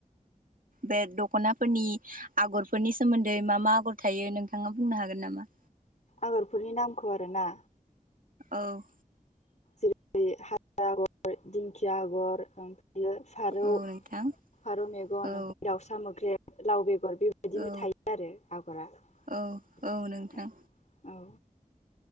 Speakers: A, on the right (about 70°); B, on the left (about 55°).
A: बे दख'नाफोरनि आगरफोरनि सोमोन्दै मा मा आगर थायो नोंथाङा बुंनो हागोन नामा?
B: आगरफोरनि नामखौ आरोना?
A: औ।
B: जेरै हाजो आगर, दिंखिया आगर ओमफ्रायो फारौ,
A: औ नोंथां
B: फारौ मेगन
A: औ
B: ओमफ्राय दाउसा मोख्रेब, लाव बेगर बे दिनो
A: औ
B: थायो आरो आगरा
A: औ
B: औ।
A: औ नोंथां